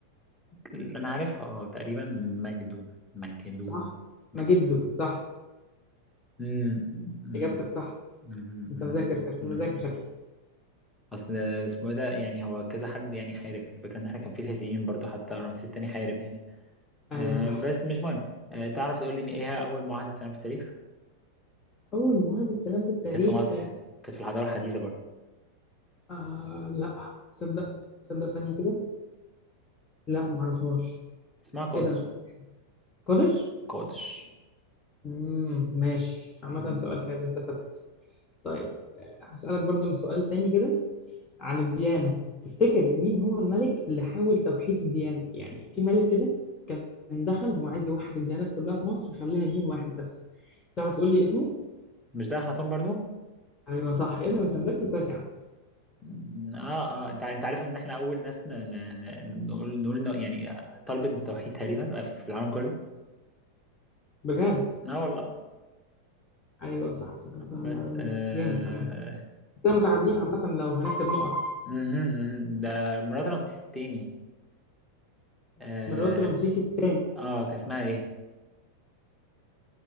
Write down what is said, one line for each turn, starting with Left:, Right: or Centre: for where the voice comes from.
Centre: انا عارفها اه تقريبا مجدو مجدو
Left: صح؟
Centre: مجدو
Left: مجده صح
Centre: مم، مم،
Left: اجابتك صح
Centre: مم،
Left: انت
Centre: مم،
Left: مذاكر كش...
Centre: مم.
Left: مذاكر شكلك
Centre: اصل اسمه إيه ده يعني هو كذا حد يعني حارب الفكره ان احنا كان في الحسينيين برضو حتى رمسيس التاني حارب يعني
Left: ايوه
Centre: آه
Left: صح
Centre: بس مش مهم آه تعرف تقول لي ايه هي اول معاهده سلام في التاريخ
Left: اول مواد السلام في التاريخ
Centre: كانت في مصر يعني كانت في الحضارة الحديثة برضو
Left: آه لا تصدق تصدق ثانيه كده لا معرفهاش
Centre: اسمها قادش
Left: ايه ده قادش
Centre: قادش
Left: امم ماشي عامه
Centre: مم.
Left: سؤال حلو استفدت طيب آه، هسألك برضه أنا سؤال تاني كده عن الديانة تفتكر مين هو الملك اللي حاول توحيد الديانة يعني في ملك كده كان دخل هو عايز يوحد الديانات كلها في مصر ويخليها دين واحد بس تعرف تقول لي اسمه
Centre: مش ده أخناتون برضو
Left: ايوه صح ايه ده ما انت مذاكر كويس يا عم
Centre: مم. اه اه انت ع- انت عارف ان احنا اول ناس ن... ن... ن... نقول نقول إنه يعني آه، طلبت بالتوحيد تقريبا آه، في العالم كله
Left: بجد
Centre: اه والله
Left: ايوه صح افتكرتها
Centre: بس
Left: المعلومه
Centre: آه...
Left: دي جامد عامه كده متعادلين عامه لو هنحسب نقط
Centre: مهم، مهم. ده مرات رمسيس التاني اه,
Left: مرات رمسيس الثاني
Centre: آه كان اسمها ايه